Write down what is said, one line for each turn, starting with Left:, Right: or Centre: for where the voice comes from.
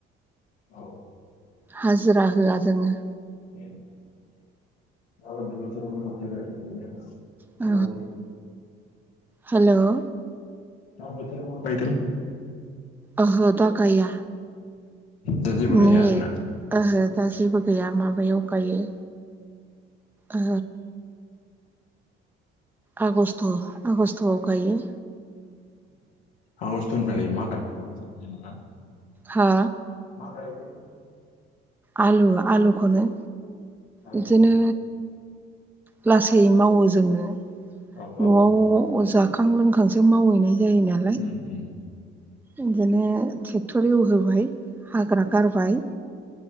Left: औ
Centre: हाजिरा होआ जोङो।
Left: <unintelligible> <unintelligible> <unintelligible>
Centre: अ
Left: बोथोर
Centre: हेल'
Left: दा बोथोराव‌ गायदों?
Centre: ओहो दा गाया।
Left: दा जेबो गाया
Centre: नै
Left: आरोना?
Centre: ओहो दा जेबो गैया माबायाव गायो। ओ आगस्ट आगस्टआव गायो।
Left: आगस्ट निफ्राय गायो <unintelligible>
Centre: हा?
Left: मा गायगोन
Centre: आलु आलुखौनो
Left: मागो
Centre: इदिनो लासै मावो जोङो।
Left: औ औ
Centre: न'आव जाखां लोंखांसो मावहैनाय जायोना।
Left: उम उम।
Centre: इदिनो ट्रेक्टर एवहोबाय हाग्रा गारबाय।